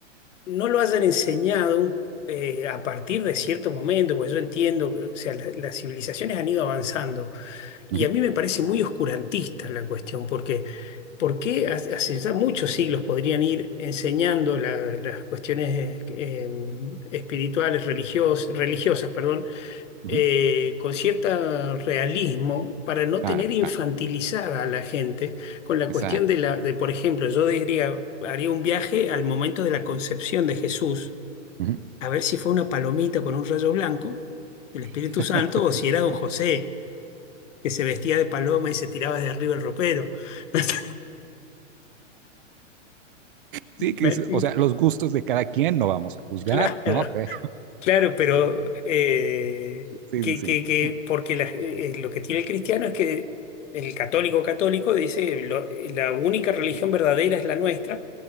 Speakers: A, on the left; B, on the right.
A: no lo hayan enseñado eh, a partir de cierto momento, porque yo entiendo, que, o sea, la- las civilizaciones han ido avanzando
B: ujú,
A: y a mí me parece muy oscurantista la cuestión, porque ¿por qué hace hace ya muchos siglos podrían ir enseñando la- las cuestiones eh, eh, espirituales, religios- religiosas, perdón?
B: ujú,
A: eh, con cierto realismo para no
B: Claro,
A: tener infantilizada
B: claro,
A: a la gente con la
B: exacto.
A: cuestión de la, de, por ejemplo, yo diría, haría un viaje al momento de la concepción de Jesús,
B: ujú.
A: a ver si fue una palomita con un rayo blanco, el Espíritu
B: <laughs>
A: Santo, o si era don José, que se vestía de paloma y se tiraba de arriba el ropero. <laughs>
B: Sí, que,
A: Me-
B: es-
A: mm,
B: o sea, los gustos de cada quien no vamos a juzgar,
A: claro,
B: ¿no? Pe-
A: Claro, pero eh,
B: sí,
A: que,
B: sí,
A: que, que-
B: sí.
A: porque la- eh, lo que tiene el cristiano es que el católico católico dice "Lo- la única religión verdadera es la nuestra,